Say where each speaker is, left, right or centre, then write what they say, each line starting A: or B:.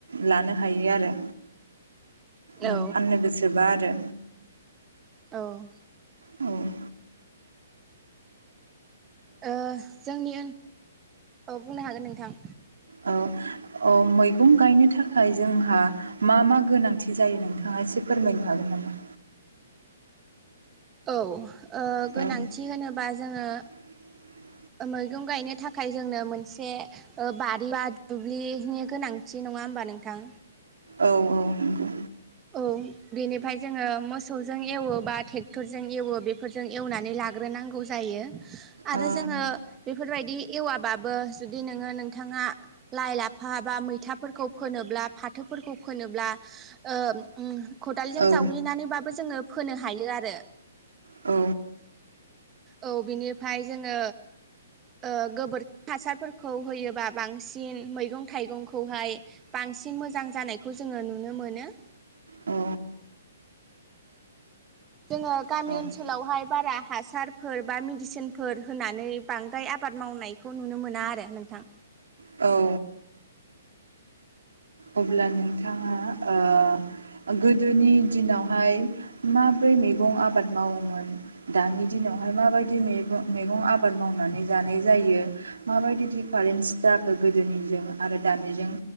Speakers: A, on the right (about 85°); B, on the right (about 20°).
A: लानो हायो आरो। नों
B: औ
A: फाननो गोसोबा आरो
B: औ।
A: औ।
B: ओ जोंनि ओ बुंनो हागोन नोंथां।
A: औ औ मैगं गायनो थाखाय जोंहा मा मा गोनांथि जायो नोंथाङा ऐसे फोरमायनो हागोन नामा?
B: औ ओ गोनांथि
A: औ
B: होनोबा जोङो
A: <inaudible>
B: मैगं गायनो थाखाय जोंनो मोनसे ओ बारि बा दुब्लिनि गोनांथि नं नङा होमबा नोंथां?
A: औ औ नंगौ।
B: औ बेनिफ्राय जोङो मोसौजों एवो बा ट्रेक टरफोरजों एवो बेफोरजों एवनानै लाग्रोनांगौ जायो आरो
A: औ
B: जोङो बेफोरबायदि बेफोर बादि एवाबाबो जुदि नोङो नोंथाङा लाइ लाफा बा मैथाफोर खौ फोनोब्ला फाथोफोरखौ फोनोब्ला ओ ओम खदालजों
A: औ
B: जावग्लिनानैबाबो जोङो फोनो हायो आरो।
A: औ।
B: औ बिनिफ्राय जोङो ओ गोबोरखि हासारफोरखौ खौ होयोबा बांसिन मैगं थाइगंखौहाय बांसिन मोजां जानायखौ जोङो नुनो मोनो।
A: औ।
B: जोङो गामि
A: औ
B: ओनसोलावहाय बारा हासारफोर बा मेडिसिनफोर होनानै बांद्राय आबाद मावनायखौ नुनो मोना आरो नोंथां
A: औ अब्ला नोंथाङा ओ गोदोनि दिनावहाय माब्रै मैगं आबाद मावोमोन दानि दिनाव हाय माबायदि मैगं आबाद मावनाय जायो माबायदि दिफारेनस जाखो गोदोनिजों आरो दानिजों